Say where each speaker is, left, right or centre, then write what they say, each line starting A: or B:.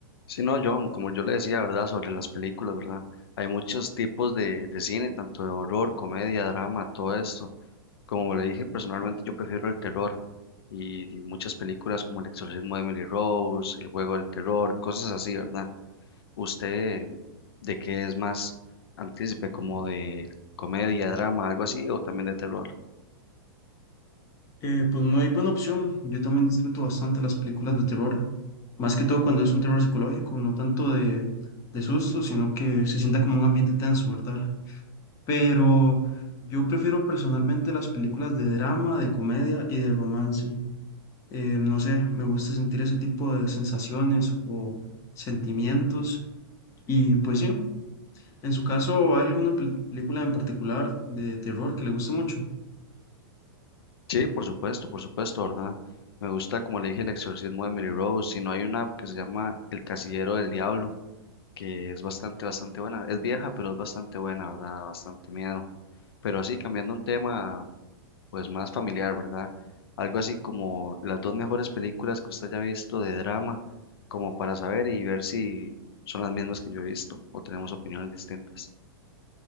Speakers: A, on the left; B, on the left.
A: Sí, no, John, como yo le decía, ¿verdad? Sobre las películas, ¿verdad? Hay muchos tipos de, de cine, tanto de horror, comedia, drama, todo esto. Como le dije, personalmente yo prefiero el terror y, y muchas películas como El exorcismo de Emily Rose, El juego del terror, cosas así, ¿verdad? ¿Usted de qué es más antícipe, como de comedia, drama, algo así, o también de terror?
B: Eh, pues no hay buena opción. Yo también disfruto bastante las películas de terror, más que todo cuando es un terror psicológico, no tanto de, de susto, sino que se sienta como un ambiente tenso, ¿verdad? Pero yo prefiero personalmente las películas de drama, de comedia y de romance. Eh, no sé, me gusta sentir ese tipo de sensaciones o sentimientos. Y pues sí, en su caso, ¿hay alguna pel- película en particular de terror que le guste mucho?
A: Sí, por supuesto, por supuesto, ¿verdad? Me gusta, como le dije, El exorcismo de Emily Rose, si no hay una que se llama El casillero del diablo que es bastante, bastante buena. Es vieja, pero es bastante buena, ¿verdad? Bastante miedo. Pero así, cambiando un tema, pues más familiar, ¿verdad? Algo así como las dos mejores películas que usted haya visto de drama, como para saber y ver si son las mismas que yo he visto o tenemos opiniones distintas.